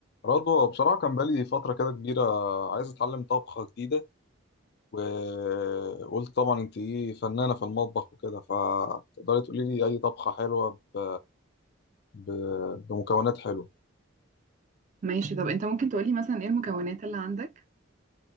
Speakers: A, on the left; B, on the right.
A: رضوى بصراحة كان بقالي فترة كده كبيرة عايز أتعلم طبخة جديدة وقلت طبعا أنت إيه فنانة في المطبخ وكده فتقدري تقولي لي أي طبخة حلوة ب... ب... بمكونات حلوة
B: ماشي طب انت ممكن تقولي مثلا ايه المكونات اللي عندك